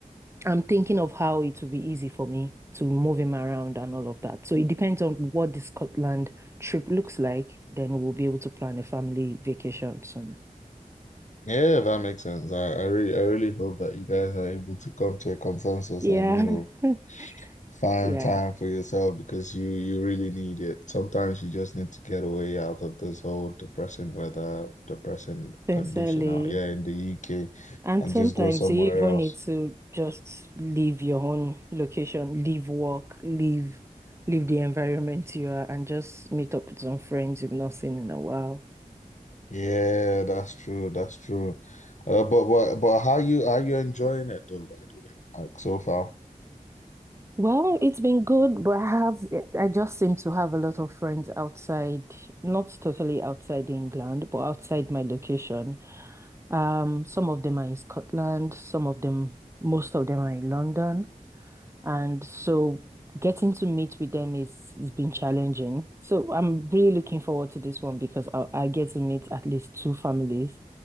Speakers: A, on the right; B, on the left.
A: I'm thinking of how it will be easy for me to move him around and all of that. So it depends on what the Scotland trip looks like. Then we'll be able to plan a family vacation soon.
B: Yeah, that makes sense. I, I really I really hope that you guys are able to come to a consensus
A: Yeah.
B: and you know
A: <laughs>
B: Find
A: Yeah.
B: time for yourself because you you really need it. Sometimes you just need to get away out of this whole depressing weather, depressing
A: Sincerely.
B: condition out here in the UK
A: And
B: and
A: sometimes
B: just go somewhere
A: you even
B: else.
A: need to just leave your own location, leave work, leave leave the environment you are, and just meet up with some friends you've not seen in a while.
B: Yeah, that's true. That's true. Uh, but but but how you are you enjoying it though, by the way? Like so far.
A: Well, it's been good, but I have I just seem to have a lot of friends outside, not totally outside England, but outside my location. Um, some of them are in Scotland, some of them, most of them are in London. And so getting to meet with them is has been challenging. So I'm really looking forward to this one because I I get to meet at least two families.